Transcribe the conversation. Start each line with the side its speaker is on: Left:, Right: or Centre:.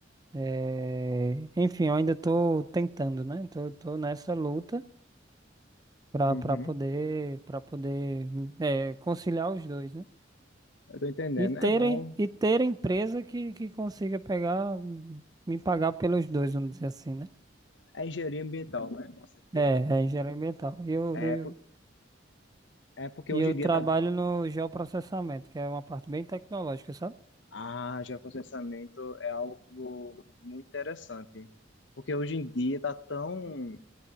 Right: É, Enfim, eu ainda estou tentando, né? Tô, tô nessa luta para
Left: Uhum.
Right: para poder para poder é, conciliar os dois, né?
Left: Eu tô entendendo.
Right: E terem
Left: É bom.
Right: e ter empresa que, que consiga pegar me pagar pelos dois, vamos dizer assim, né?
Left: É engenharia ambiental, né? Você fez?
Right: É, é engenharia ambiental. E eu,
Left: É,
Right: eu,
Left: por- é porque
Right: e
Left: hoje
Right: eu
Left: em
Right: trabalho
Left: dia tá
Right: no geoprocessamento, que é uma parte bem tecnológica, sabe?
Left: Ah, geoprocessamento é algo muito interessante, porque hoje em dia está tão